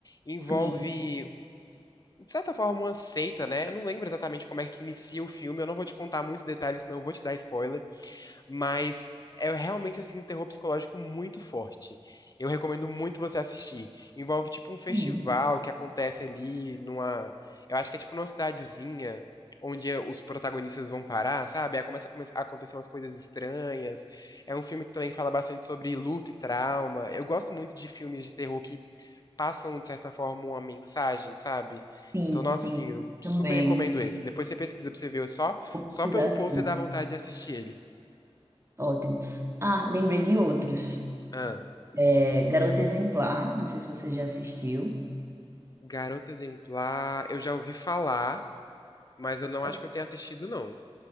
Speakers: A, on the left; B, on the right.
A: Envolve,
B: sim,
A: de certa forma, uma seita, né? Eu não lembro exatamente como é que inicia o filme, eu não vou te contar muitos detalhes, senão eu vou te dar spoiler. Mas é realmente assim um terror psicológico muito forte. Eu recomendo muito você assistir. Envolve tipo um festival
B: Uhum.
A: que acontece ali numa, eu acho que é tipo numa cidadezinha onde os protagonistas vão parar, sabe? Aí começa a come- a acontecer umas coisas estranhas. É um filme que também fala bastante sobre luto e trauma. Eu gosto muito de filmes de terror que passam de certa forma uma mensagem, sabe?
B: sim,
A: Então, nossa,
B: sim,
A: assim, eu super
B: também.
A: recomendo esse. Depois você pesquisa pra você ver só,
B: Vou
A: só
B: pesquisar
A: pelo post
B: sim.
A: você dá vontade de assistir ele.
B: Ótimo. Ah, lembrei de outros.
A: Ah.
B: É, Garota Exemplar, não sei se você já assistiu.
A: Garota Exemplar, eu já ouvi falar, mas eu não
B: É,
A: acho que eu tenha assistido, não.